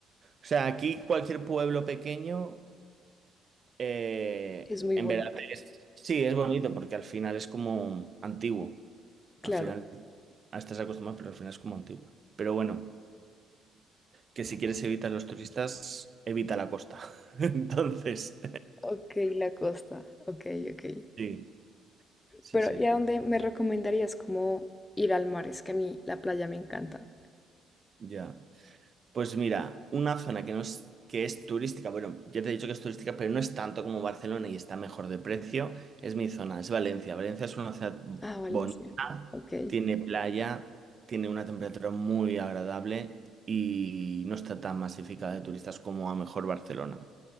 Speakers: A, on the right; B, on the left.
A: O sea, aquí cualquier pueblo pequeño, eh,
B: es muy
A: en
B: bonito.
A: verdad, es, sí, es bonito porque al final es como antiguo. Al
B: Claro,
A: final ah, estás acostumbrado, pero al final es como antiguo. Pero bueno, que si quieres evitar los turistas, evita la costa. <laughs> Entonces,
B: ok, la costa, ok, ok.
A: <laughs> sí, sí,
B: Pero
A: sí,
B: ¿y a dónde me recomendarías como ir al mar? Es que a mí la playa me encanta.
A: ya. Pues mira, una zona que no es, que es turística, bueno, ya te he dicho que es turística, pero no es tanto como Barcelona y está mejor de precio, es mi zona, es Valencia. Valencia es una ciudad
B: Ah, Valencia,
A: bonita,
B: ok.
A: tiene playa, tiene una temperatura muy agradable y no está tan masificada de turistas como a lo mejor Barcelona.